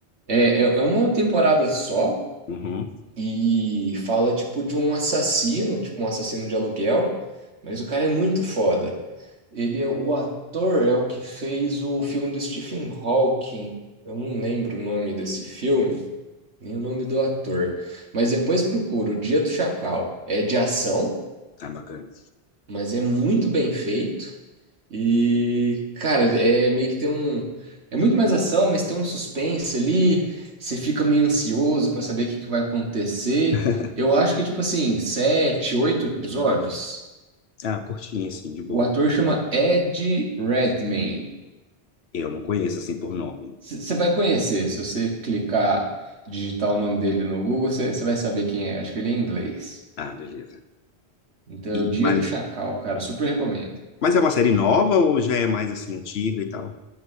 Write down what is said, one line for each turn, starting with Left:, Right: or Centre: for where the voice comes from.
Right: É, é, é uma temporada só
Left: Uhum.
Right: e fala tipo de um assassino, tipo um assassino de aluguel, mas o cara é muito foda. Ele é o ator é o que fez o filme do Stephen Hawking. Eu não lembro o nome desse filme, nem o nome do ator. Mas depois procura, O Dia do Chacal. É de ação,
Left: Ah, bacana.
Right: mas é muito bem feito. E, cara, é meio que tem um. É muito mais ação, mas tem um suspense ali. Você fica meio ansioso pra saber o que que vai acontecer.
Left: <laughs>
Right: Eu acho que, tipo assim, sete, oito episódios.
Left: Ah, curtinha, assim, de boa.
Right: O ator chama Ed Redmayne.
Left: Eu não conheço, assim, por nome.
Right: C- Você vai conhecer. Se você clicar, digitar o nome dele no Google, você você vai saber quem é. Acho que ele é inglês.
Left: Ah, beleza.
Right: Então é
Left: E,
Right: o Dia
Left: mas,
Right: do Chacal, cara. Super recomendo.
Left: mas é uma série nova ou já é mais, assim, antiga e tal?